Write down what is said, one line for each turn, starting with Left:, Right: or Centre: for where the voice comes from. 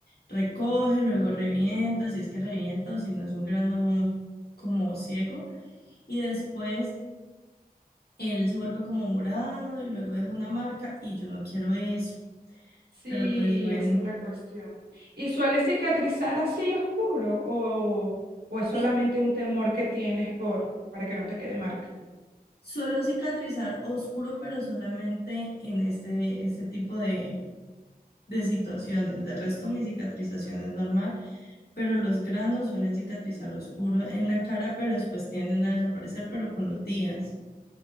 Left: recoge, luego revienta, si es que revienta o si no es un grano como ciego, y después él se vuelve como morado y luego deja una marca y yo no quiero eso,
Right: Sí,
Left: pero pues bueno.
Right: esa es la cuestión. ¿Y suele cicatrizar así oscuro o, o es solamente
Left: Mi-
Right: un temor que tienes por para que no te quede marca?
Left: suelo cicatrizar oscuro, pero solamente en este, este tipo de... de situaciones. De resto, mi cicatrización es normal pero los granos suelen cicatrizar oscuro en la cara, pero después tienden a desaparecer, pero con los días.